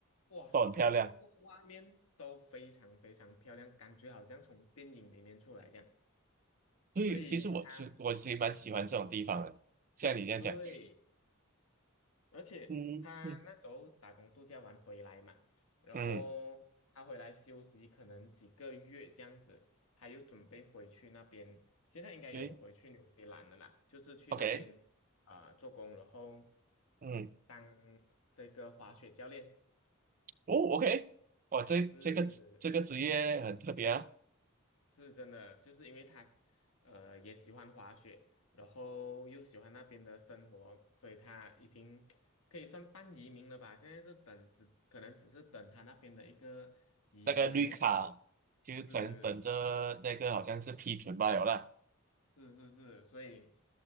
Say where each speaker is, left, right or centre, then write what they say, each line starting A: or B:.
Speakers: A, on the left; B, on the right.
A: 哇，
B: 都很漂亮。
A: 那个画面都非常非常漂亮，感觉好像从电影里面出来这样，
B: 所以其实我是我其实蛮喜欢这种地方的，
A: 所以他嗯，
B: 像你这样讲，
A: 对。而且他那时候打工度假完回来嘛，
B: 嗯嗯
A: 然后他回来休息可能几个月这样子，
B: 嗯，
A: 他又准备回去那边，现在应该有回去纽西兰了啦，
B: 对
A: 就是去那边啊、
B: ，OK，
A: 呃做工，然后
B: 嗯，
A: 当这个滑雪教练，
B: 哦，OK，哇，这这个这个职业很特别啊，
A: 是是真的，就是因为他，呃，也喜欢滑雪，然后又喜欢那边的生活，所以他已经可以算半移民了吧？现在是等只可能只是等他那边的一个移民的那个，
B: 那个绿卡就可能等着那个好像是批准罢了啦。
A: 是是是是，所以